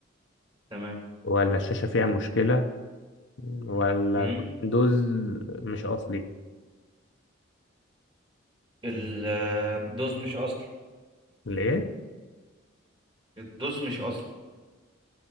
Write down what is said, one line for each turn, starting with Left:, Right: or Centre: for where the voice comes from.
Right: تمام
Left: ولا الشاشة فيها مشكلة ولا
Right: مم.
Left: الويندوز مش اصلي
Right: ال- الدوز مش اصلي
Left: الايه
Right: الدوز مش اصلي